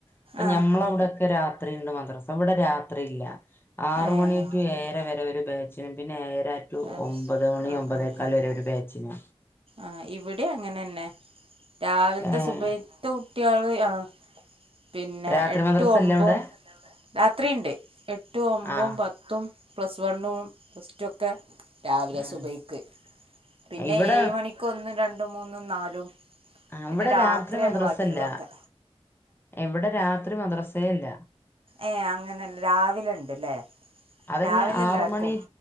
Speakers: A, on the left; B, on the right.
A: അപ്പൊ
B: ആഹ്
A: ഞമ്മളവിടെയൊക്കെ രാ ത്രിണ്ട് മദ്രസ ഇവിടെ രാത്രില്ല ആറ്
B: ഏഹ്
A: മണി ടു ഏഴര വരെ ഒരു ബാച്ച് പിന്നെ ഏഴര റ്റു
B: ആഹ്
A: ഒമ്പത് മണി
B: ആഹ്
A: ഒമ്പതേക്കാല്
B: ആഹ്
A: ഒര
B: ആഹ്
A: ഒരു ബാച്ചിന്
B: ആഹ് ഇവിടിം അങ്ങനെന്നെ രാവിലത്തെ
A: ഏഹ്
B: സുബഹിത്തെ കുട്ട്യാള് ആ പിന്നെ
A: രാത്രി
B: എട്ടു
A: മദ്രസല്ലേ
B: ഒമ്പും
A: അവിടെ
B: രാത്രിണ്ട് എട്ടു ഒമ്പും
A: ആഹ്
B: പത്ത് ത്തും പ്ലസ് വണ്ണും പ്ലസ് ടു ഒക്കെ രാവിലെ
A: ഉം
B: സുബയ്ക്ക്. പിന്നെ
A: ഇവിടെ
B: ഏഴ് മണിക്ക് ഒന്നും രണ്ടും മൂന്നും നാലും
A: അ
B: പിന്നെ
A: വ്ടെ
B: രാത്രിയാണ്
A: രാത്രി മദ്രസല്ല,
B: ബാക്കിയുള്ളതൊക്കെ
A: എവ്ടെ രാത്രി മദ്രസേ ഇല്ല
B: ഏ അങ്ങനെല്ല രാവിലണ്ട് ലേ?
A: അതന്നെ
B: രാവിലെ
A: ആറ്
B: എല്ലാര്ക്കും...
A: മണി